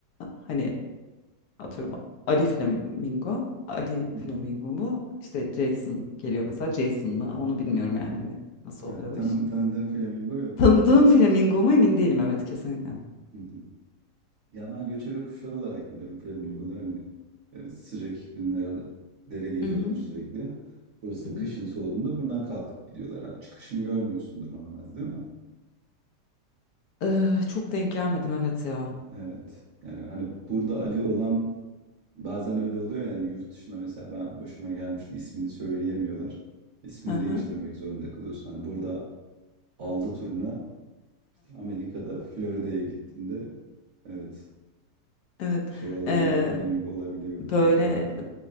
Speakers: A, on the left; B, on the right.
A: hani atıyorum Ali flamingo, Ali
B: hı
A: flamingo
B: hı,
A: mu? İşte Jason geliyor mesela Jason mı? Onu bilmiyorum yani
B: hı hı.
A: hani nasıl
B: Ha,
A: oluyor
B: tanım,
A: o iş.
B: tanıdığım flamingo yok.
A: Tanıdığım
B: Yani,
A: flamingo mu emin değilim evet kesinlikle.
B: hı hı. Ya ben göçebe kuşlar olarak biliyorum flamingoları. Hani e, sıcak iklimlerde dere geliyorlar
A: Hı hı.
B: sürekli. Burası
A: Hı
B: da
A: hı.
B: kışın soğuduğunda buradan kalkıp gidiyorlar. Ha, çıkışın görmüyorsundur normalde değil mi?
A: Eee, çok denk gelmedim evet ya.
B: Evet. Yani hani burada Ali olan bazen öyle oluyor yani yurt dışında mesela ben başıma gelmişti ismini söyleyemiyorlar. İsmini
A: Hı hı,
B: değiştirmek zorunda kalıyorsun. Hani burada aldı turuna işte Amerika'da Florida'ya gittiğinde evet
A: evet.
B: şey olabiliyor
A: Eee,
B: flamingo olabiliyordur
A: böyle
B: herhalde.